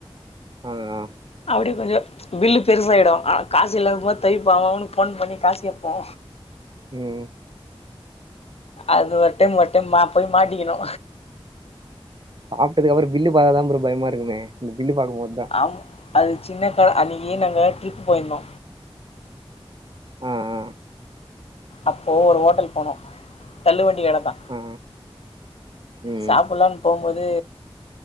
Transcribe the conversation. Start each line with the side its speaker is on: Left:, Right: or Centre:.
Right: ம் ம்
Left: அப்டியே கொஞ்சொ பில்லு பெருசாயிடு ஆனா காஸ் இல்லங் போது <unintelligible> அவ்அவனுக் ஃபோன் பண்ணி காஸ் கேப்போ
Right: ம்
Left: அது ஒரு டைம் ஒர் டைம் ம போய் மாட்டிக்குனோ
Right: சாப்டதுக்கப்புறோ பில்லு பாக்கதா ப்ரோ பயமா இருக்குமே இந்த பில்லு பாக்கு போதுதா
Left: அவ் அது சின்ன க அன்னிக்கி நாங்க ட்ரிப் போயிருந்தோ
Right: ஆ ஆ
Left: அப்போ ஒரு ஹோட்டல் போனோ தள்ளு வண்டி கட தா
Right: ஆ ம்
Left: சாப்புடலானு போம்போது